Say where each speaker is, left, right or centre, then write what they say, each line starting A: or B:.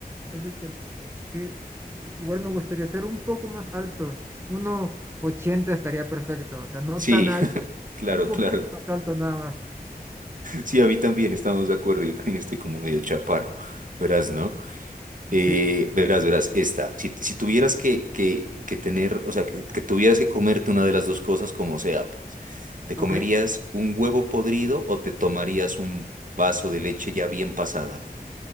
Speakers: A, on the right; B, on the right.
A: Es excelente. Sí. Igual me gustaría ser un poco más alto. uno ochenta estaría perfecto, o sea, no
B: Sí,
A: tan alto,
B: <laughs> claro,
A: un poquito
B: claro.
A: más alto nada más.
B: Sí, a mí también estamos de acuerdo. Yo también estoy como medio chaparro. Verás, ¿no? Eh,
A: Sí,
B: verás, verás, esta. Si, si tuvieras que, que, que tener, o sea, que, que tuvieras que comerte una de las dos cosas, como sea, pues, ¿te comerías
A: Ok,
B: un huevo podrido o te tomarías un vaso de leche ya bien pasada?